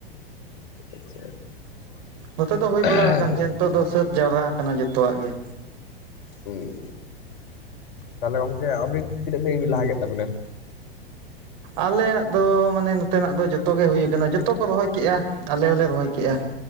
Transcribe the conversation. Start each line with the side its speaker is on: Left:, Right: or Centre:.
Left: <inaudible>
Right: ᱱᱚᱛᱮ ᱫᱚ ᱦᱩᱭ ᱵᱟᱲᱟ
Left: ᱟᱪᱪᱷᱟ
Right: ᱟᱠᱟᱱ ᱜᱮᱭᱟ ᱱᱤᱛᱚᱜ
Left: ᱟᱪᱪᱷᱟ᱾
Right: ᱫᱚ ᱥᱟᱹᱛ ᱡᱟᱣᱨᱟ ᱟᱠᱟᱱᱟ ᱡᱚᱛᱚᱣᱟᱜ ᱜᱮ᱾
Left: ᱦᱩᱸᱧ ᱛᱟᱦᱚᱞᱮ ᱜᱚᱝᱠᱮ ᱟᱵᱤᱱ ᱛᱤᱱᱟᱹᱜ ᱥᱟᱺᱜᱤᱧ ᱵᱤᱱ ᱞᱟᱦᱟ ᱠᱮᱫ ᱛᱟᱵᱤᱱᱟ?
Right: ᱟᱞᱮᱭᱟᱜ ᱫᱚ ᱢᱟᱱᱮ ᱱᱚᱛᱮᱱᱟᱜ ᱫᱚ ᱡᱚᱛᱚ ᱜᱮ ᱦᱩᱭᱩ ᱠᱟᱱᱟ ᱡᱚᱛᱚ ᱠᱚ ᱨᱚᱦᱚᱭ ᱠᱮᱜᱼᱟ, ᱟᱞᱮ ᱦᱚᱸᱞᱮ ᱨᱚᱦᱚᱭ ᱠᱮᱜᱼᱟ᱾